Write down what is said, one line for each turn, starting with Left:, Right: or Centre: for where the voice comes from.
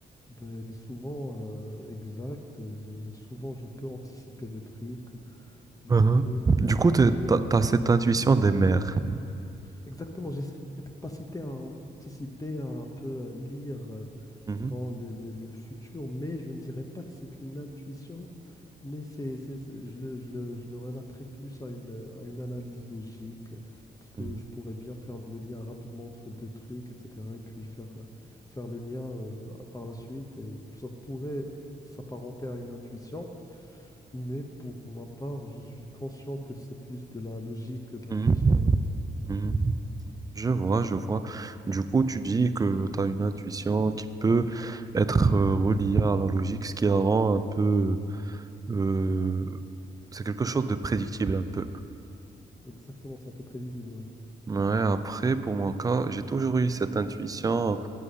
Left: ben, elle est souvent euh, exacte. J'ai- j'ai- souvent, je peux anticiper des trucs. Je
Right: Mhm.
Left: peux,
Right: Du
Left: euh,
Right: coup, tu
Left: j'ai-
Right: as, cette intuition des mères.
Left: Exactement, j'ai cette capacité à anticiper, à un peu euh, lire euh,
Right: Mhm.
Left: dans le, le- le futur, mais je ne dirais pas que c'est une intuition, mais c'est, c'est- c'est- je le, je le- je le relaterai plus à une, à une analyse logique, euh, parce que
Right: Mhm.
Left: je pourrais bien faire le lien rapidement entre deux trucs, etc., et puis faire, euh, faire le lien euh, par la suite, et ça pourrait s'apparenter à une intuition, mais pour ma part, je suis conscient que c'est plus de la logique que de
Right: Mhm.
Left: l'intuition. hein.
Right: Mhm. Mhm. Je vois, je vois. Du coup, tu dis que tu as une intuition qui peut être euh, reliée à la logique, ce qui la rend un peu euh, C'est quelque chose de prédictible un peu.
Left: Exactement, c'est un peu prévisible, ouais.
Right: Ouais, après, pour mon cas, j'ai toujours eu cette intuition